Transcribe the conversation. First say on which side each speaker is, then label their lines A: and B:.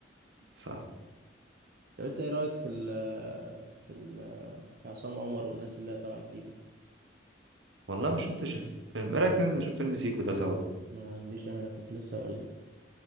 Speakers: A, on the right; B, on the right.
A: صح
B: طب انت ايه رايك في ال في ال في عصام عمر والناس اللي هي طالعه جديده دي
A: والله ما شفتش الفيلم ايه رايك ننزل نشوف فيلم سيكو ده سوا
B: ما عنديش انا أنا كنت لسه اقول لك